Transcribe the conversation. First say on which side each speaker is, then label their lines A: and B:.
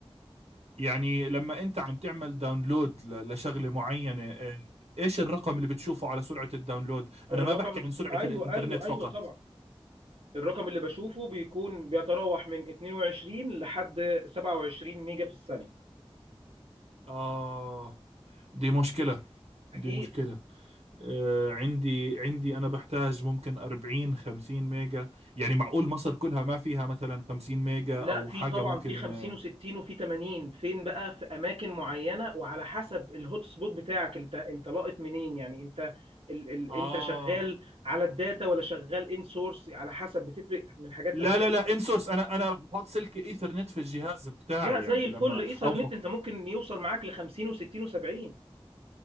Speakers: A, on the right; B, on the right.
A: يعني لما انت عم تعمل داونلود ل- لشغله معينه إيه، ايش الرقم اللي بتشوفه على سرعه الداونلود انا
B: الرقم
A: ما بحكي عن سرعه
B: أيوه
A: الانترنت
B: أيوه
A: فقط
B: أيوه طبعا الرقم اللي بشوفه بيكون بيتراوح من 22 لحد 27 ميجا في الثانية
A: اه دي مشكله
B: أكيد
A: دي مشكله آه، عندي عندي أنا بحتاج ممكن 40 50 ميجا يعني معقول مصر كلها ما فيها مثلا 50 ميجا
B: لا
A: أو
B: في
A: حاجة
B: طبعا
A: ممكن
B: في 50
A: آه،
B: و60 وفي 80 فين بقى في اماكن معينه وعلى حسب الهوت سبوت بتاعك انت انت لاقط منين يعني انت ال ال
A: اه
B: انت شغال على الداتا ولا شغال ان سورس على حسب بتفرق من حاجات
A: لا
B: لحاجات
A: لا لا انسورس أنا أنا رح بحط سلك إيثرنت في الجهاز بتاعي
B: لا زي
A: يعني
B: الفل
A: لما
B: ايثر
A: أو
B: نت انت ممكن يوصل معاك ل 50 و60 و70